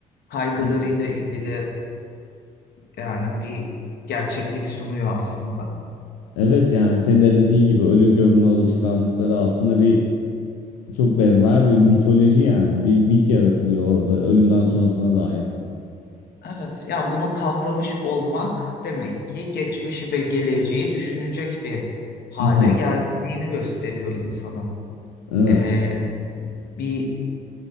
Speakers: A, on the left; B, on the left.
A: kaygılarıyla
B: <laughs>
A: ilgili yani bir gerçeklik sunuyor aslında.
B: Evet yani senin de dediğin gibi ölü gömme alışkanlıkları aslında bir çok benzer bir mitoloji yani bir mit yaratılıyor orada ölümden sonrasına dair.
A: Evet, yani bunu kavramış olmak demek ki geçmişi ve geleceği düşünecek bir hale
B: Mhm.
A: geldiğini gösteriyor insanın.
B: Evet.
A: Ee, bir